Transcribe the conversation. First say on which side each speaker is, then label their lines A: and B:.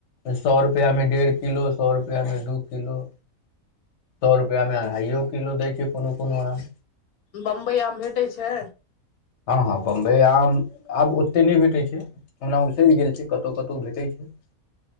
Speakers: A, on the left (about 55°); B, on the left (about 80°).
A: सए रुपआ में डेढ़ किलो सए रुपआ में दू को सए रुपआ मे अढ़ाइो किलो दै छै कोनो कोनो आम
B: बम्बइ आम भेटै छै
A: हँ हँ बम्बई आम आब ओते नहि भेटैत छै ओना उसरि गेल छै कतहु कतहु भेटैत छै